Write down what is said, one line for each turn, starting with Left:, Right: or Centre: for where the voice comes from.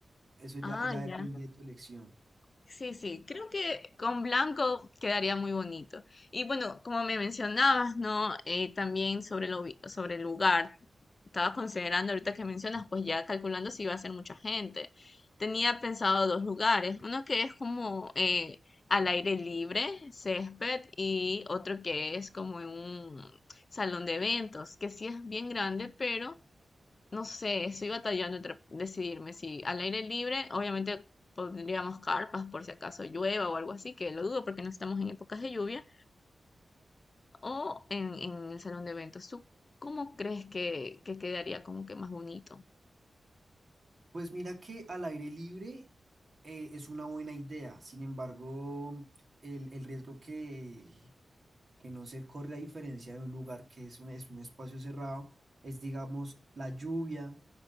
Right: eso ya,
Left: Ah,
Right: ya depende
Left: ya.
Right: de tu elección.
Left: Sí, sí, creo que con blanco quedaría muy bonito. Y bueno, como me mencionabas, ¿no? Eh, también sobre el, ubi- sobre el lugar. Estaba considerando ahorita que mencionas, pues ya calculando si iba a ser mucha gente. Tenía pensado dos lugares, uno que es como eh, al aire libre, césped, y otro que es como en un salón de eventos, que sí es bien grande, pero no sé, estoy batallando entre decidirme si al aire libre, obviamente pondríamos carpas por si acaso llueva o algo así, que lo dudo porque no estamos en épocas de lluvia, o en, en el salón de eventos. ¿Tú cómo crees que, que quedaría como que más bonito?
Right: Pues mira que al aire libre eh, es una buena idea, sin embargo, el, el riesgo que, que no se corre a diferencia de un lugar que es un, es un espacio cerrado, es digamos la lluvia,